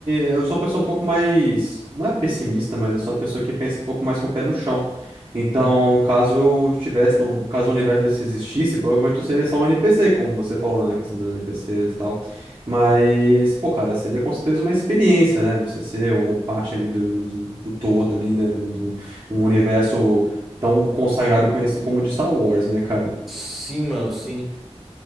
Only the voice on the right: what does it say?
eu sou uma pessoa um pouco mais, não é pessimista, mas eu sou uma pessoa que pensa um pouco mais com o pé no chão. Então,
caso eu estivesse, no, caso o universo desse existisse, provavelmente eu seria só um NPC, como você falou, né, na questão dos NPCs e tal. Mas, pô, cara, seria com certeza uma experiência, né? Você ser uma parte ali do, do, do todo ali, né, do, do- um universo tão consagrado e conhecido como o de Star Wars, né, cara?